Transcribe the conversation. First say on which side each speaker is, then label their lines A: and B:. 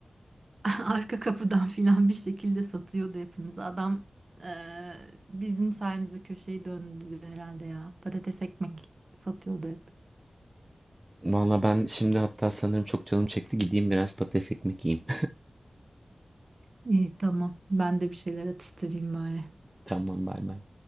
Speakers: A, on the right; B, on the right.
A: <laughs> Arka kapıdan falan bir şekilde satıyordu hepimiz. Adam e, bizim sayemizde köşeyi döndü herhalde ya. Patates ekmek satıyordu hep.
B: Valla ben şimdi hatta sanırım çok canım çekti. Gideyim biraz patates ekmek yiyeyim.
A: İyi tamam. Ben de bir şeyler atıştırayım bari.
B: Tamam bay bay.